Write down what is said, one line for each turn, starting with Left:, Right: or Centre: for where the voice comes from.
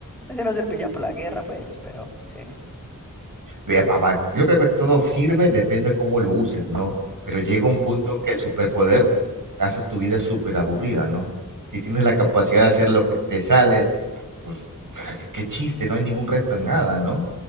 Centre: así no serviría para la guerra pues pero sí
Right: eh, papá, yo creo que todo sirve, depende de cómo lo uses, ¿no? Pero llega un punto en que el superpoder hace tu vida súper aburrida, ¿no? Si tienes la capacidad de hacer lo que te sale, pues <laughs> qué chiste, no hay ningún reto en nada, ¿no?